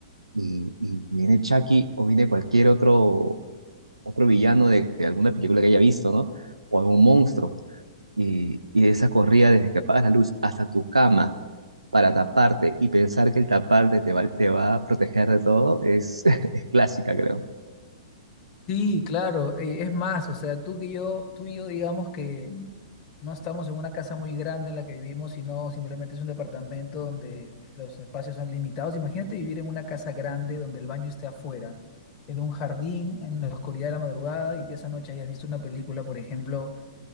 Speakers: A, on the right; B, on the left.
A: y, y viene Chucky o viene cualquier otro, otro villano de, de alguna película que haya visto, ¿no? O algún monstruo. Y, y esa corrida desde que apagas la luz hasta tu cama para taparte y pensar que el taparte te va, te va a proteger de todo es, <laughs> es clásica, creo.
B: Sí, claro, eh, es más, o sea, tú que yo, tú y yo digamos que No estamos en una casa muy grande en la que vivimos, sino simplemente es un departamento donde los espacios son limitados. Imagínate vivir en una casa grande donde el baño esté afuera, en un jardín, en la oscuridad de la madrugada y que esa noche hayas visto una película, por ejemplo.